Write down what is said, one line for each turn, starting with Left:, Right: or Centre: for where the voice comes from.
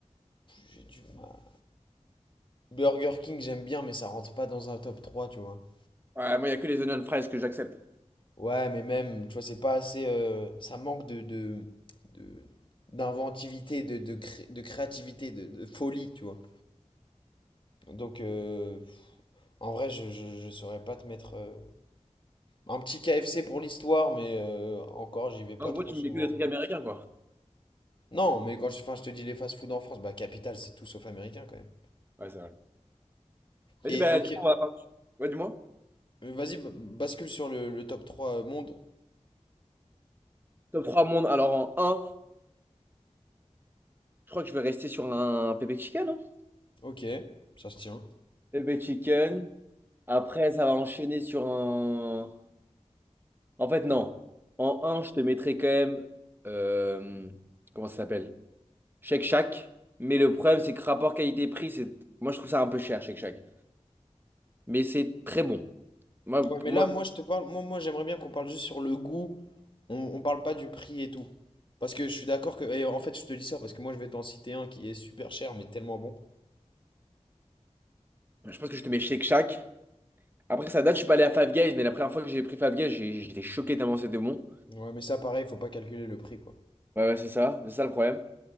Left: j'ai du mal. Burger King, j'aime bien, mais ça rentre pas dans un top trois, tu vois.
Right: Ouais, moi, il y a que les onion fries que j'accepte.
Left: Ouais, mais même, tu vois, c'est pas assez. euh, ça manque de, de, de- d'inventivité, de, de, cré- de créativité, de, de folie, tu vois. Donc, euh, En vrai, je, je, je saurais pas te mettre. euh, Un petit KFC pour l'histoire, mais euh, encore, j'y vais pas
Right: En gros,
Left: trop
Right: tu
Left: souvent.
Right: me mets que des trucs américains, quoi.
Left: Non, mais quand je, enfin, je te dis les fast-food en France, bah Capital, c'est tout sauf américain quand même.
Right: Ouais, c'est vrai. Vas-y,
Left: Et
Right: bah,
Left: ok,
Right: du coup, on va pas. Ouais, dis-moi.
Left: euh, vas-y, ba- bascule sur le, le top 3 monde.
Right: Top 3 monde. Alors, en un, je crois que je vais rester sur un pépé chicken. Hein.
Left: Ok, ça se tient.
Right: Pépé chicken. Après, ça va enchaîner sur un. En fait, non. En un, je te mettrai quand même. euh, Comment ça s'appelle? Shake Shack. Mais le problème, c'est que rapport qualité-prix, c'est. Moi, je trouve ça un peu cher, Shake Shack. Mais c'est très bon. Moi,
Left: Ouais,
Right: pour
Left: mais là,
Right: moi,
Left: moi, je te parle. Moi, moi j'aimerais bien qu'on parle juste sur le goût. On, on parle pas du prix et tout. Parce que je suis d'accord que. et en fait, je te dis ça parce que moi, je vais t'en citer un qui est super cher, mais tellement bon.
Right: je pense que je te mets Shake Shack. Après, ça date, je suis pas allé à Five Guys, mais la première fois que j'ai pris Five Guys, j'ai- j'étais choqué tellement c'était bon.
Left: Ouais, mais ça, pareil, faut pas calculer le prix, quoi.
Right: Ouais, ouais, c'est ça, c'est ça le problème.